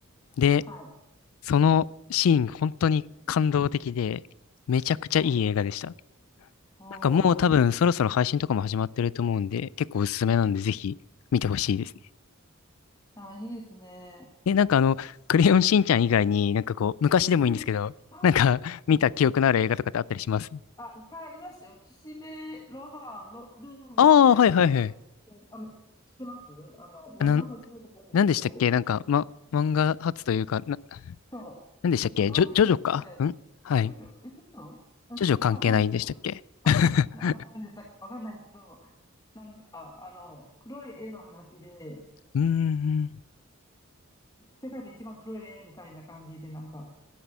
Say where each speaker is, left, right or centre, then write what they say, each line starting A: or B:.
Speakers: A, on the left (about 80°); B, on the left (about 20°).
A: で、
B: はい、
A: そのシーン、本当に感動的で、めちゃくちゃいい映画でした。
B: はい。おう、
A: なんかもう多分そろそろ配信とかも始まってると思うんで、結構おすすめなんでぜひ見てほしいですね。
B: ああ、いいですね。
A: え、なんかあの、クレヨンしんちゃん以外になんかこう、昔でもいいんですけど、
B: <laughs> あ
A: なんか <laughs> 見た記憶のある映画とかってあったりします
B: ー、私あ、いっぱいありますよ。岸辺露伴、ロ、ルーブルへ行く。
A: ああー、はいはいはい。
B: あ、知ってますあの、漫画発だと思うんですけど、
A: あの、なんでしたっけなんか、ま、漫画発というか、な、
B: そう。
A: なんでしたっけジョ、
B: 高橋一生、
A: ジョジョかんはい。
B: 長女、え、長女あ長女はわかんないですけど、
A: ジョジョ関係ないんでしたっけ <laughs>
B: 関係なあるんでしたっけわかんないですけど、なんか、あの、黒い絵の話で、
A: うーん。
B: 世界で一番黒い絵みたいな感じで、なんか、